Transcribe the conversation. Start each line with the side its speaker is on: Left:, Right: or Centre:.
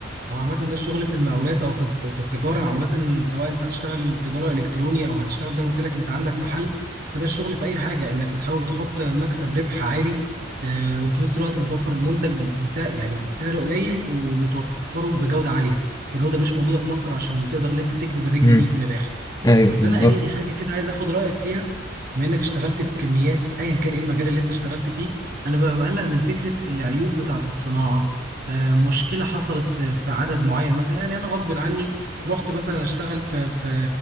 Right: أو عامة ده الشغل في المقاولات أو في الت- في التجارة عامة سواء أنت هتشتغل تجارة إلكتروني أو هتشتغل زي ما قلت لك أنت عندك محل فده الشغل في أي حاجة إنك بتحاول تحط مكسب ربح عالي آه، وفي نفس الوقت بتوفر المنتج بسعر يعني بسعر قليل وبتوفره بجودة عالية بجودة مش موجودة في مصر عشان تقدر إن أنت تجذب الرجل
Left: امم
Right: ليك من الآخر
Left: ايوه
Right: بس
Left: بالظبط
Right: انا قاليني حاجه كده عايز اخد رايك فيها بما انك اشتغلت في كميات ايا كان ايه المجال اللي انت اشتغلت فيه انا ببقى مقلق من فكره العيوب بتاعه الصناعه آه، مشكله حصلت في في عدد معين مثلا يعني انا غصب عني رحت مثلا اشتغل في في